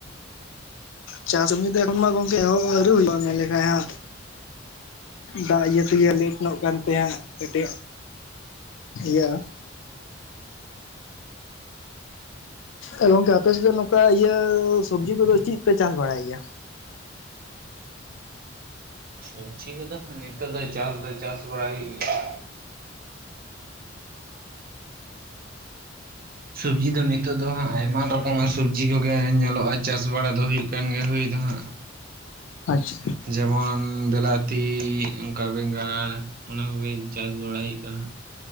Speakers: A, on the left; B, on the right.
A: ᱪᱟᱥ ᱠᱟᱹᱢᱤ ᱫᱚ ᱮᱠᱷᱚᱱ ᱢᱟ ᱜᱚᱝᱠᱮ ᱮᱦᱚᱵ ᱟᱹᱣᱨᱤ ᱦᱩᱭᱩᱜᱼᱟ ᱢᱮᱱ ᱞᱮᱠᱷᱟᱡ ᱦᱟᱸᱜ᱾ ᱫᱟᱜ ᱤᱭᱟᱹ ᱛᱮᱜᱮ ᱞᱮᱴ ᱱᱚᱜ ᱠᱟᱱᱛᱮ ᱦᱟᱸᱜ ᱠᱟᱹᱴᱤᱡ ᱤᱭᱟᱹ ᱮ ᱜᱚᱝᱠᱮ ᱟᱯᱮ ᱥᱮᱫ ᱫᱚ ᱱᱚᱝᱠᱟ ᱤᱭᱟᱹ ᱥᱚᱵᱡᱤ ᱠᱚᱫᱚ ᱪᱮᱫ ᱯᱮ ᱪᱟᱥ ᱵᱟᱲᱟᱭ ᱜᱮᱭᱟ?
B: ᱥᱚᱵᱡᱷᱤ ᱠᱚᱫᱚ ᱱᱤᱛᱚᱜ ᱫᱚ ᱪᱟᱥ ᱫᱚ ᱪᱟᱥ ᱵᱟᱲᱟ ᱦᱩᱭᱩᱜ ᱜᱮᱭᱟ᱾ ᱥᱚᱵᱡᱤ ᱫᱚ ᱱᱤᱛᱚᱜ ᱫᱚ ᱦᱟᱸᱜ ᱟᱭᱢᱟ ᱨᱚᱠᱚᱢᱟᱜ ᱥᱚᱵᱽᱡᱤ ᱠᱚᱜᱮ ᱧᱮᱞᱚᱜᱼᱟ ᱪᱟᱥ ᱵᱟᱲᱟ ᱫᱚ ᱦᱩᱭᱩᱜ ᱠᱟᱱ ᱜᱮᱭᱟ ᱦᱩᱭ ᱫᱚ ᱦᱟᱸᱜ᱾ <inaudible>
A: ᱟᱪᱪᱷᱟ᱾
B: ᱡᱮᱢᱚᱱ ᱵᱤᱞᱟᱛᱤ ᱚᱱᱠᱟ ᱵᱮᱸᱜᱟᱲ ᱚᱱᱟ ᱠᱚᱜᱮ ᱪᱟᱥ ᱵᱟᱲᱟᱭ ᱦᱩᱭᱩᱜ <unintelligible>